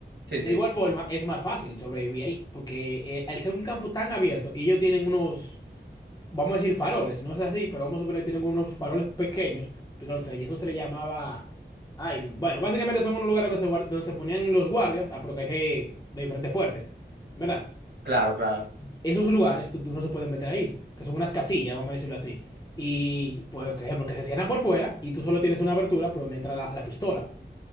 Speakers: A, on the right; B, on the left.
A: Sí,
B: De
A: sí,
B: igual forma, es más fácil sobrevivir ahí, porque eh, al ser un campo tan abierto y ellos tienen unos, vamos a decir faroles, no es así, pero vamos a suponer que tienen unos faroles pequeños, entonces, y eso se le llamaba, ay, bueno, básicamente son unos lugares donde se, guar- donde se ponían los guardias a proteger de diferentes fuertes, ¿verdad?
A: claro, claro.
B: esos lugares tú, tú no se pueden meter ahí, que son unas casillas, vamos a decirlo así. Y, pues, por ejemplo, que se cierran por fuera y tú solo tienes una abertura por donde entra la, la pistola.